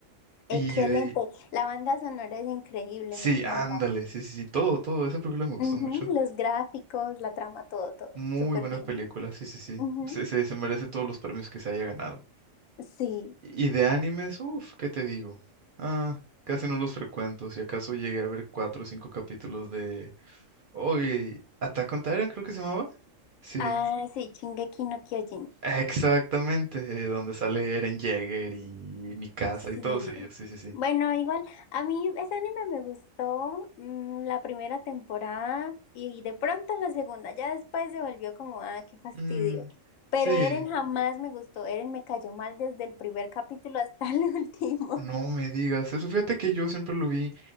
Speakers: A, on the right; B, on the left.
A: Y
B: Excelente.
A: de...
B: La banda sonora es increíble,
A: Sí,
B: me encanta.
A: ándale, sí, sí, sí, todo, todo. Esa película me gustó
B: Ujú,
A: mucho.
B: Los gráficos, la trama, todo, todo.
A: Muy
B: Súper
A: buena
B: bien.
A: película, sí, sí, sí.
B: Ujú,
A: Se, se, se merece todos los premios que se haya ganado.
B: Sí.
A: Y de animes, uff, ¿qué te digo? Ah, casi no los frecuento. Si acaso llegué a ver cuatro o cinco capítulos de Uy, Attack on Titan creo que se llamaba. Sí,
B: Ah, sí, Shingeki no Kyojin.
A: exactamente, eh, donde sale Eren Jaeger y Mikasa y
B: Sí.
A: todos ellos, sí, sí, sí.
B: Bueno, igual, a mí ese anime me gustó mm, la primera temporada y de pronto la segunda, ya después se volvió como, ah, qué fastidio.
A: Mm,
B: Pero
A: sí,
B: Eren jamás me gustó, Eren me cayó mal desde el primer capítulo hasta el <laughs> último.
A: no me digas eso. Fíjate que yo siempre lo vi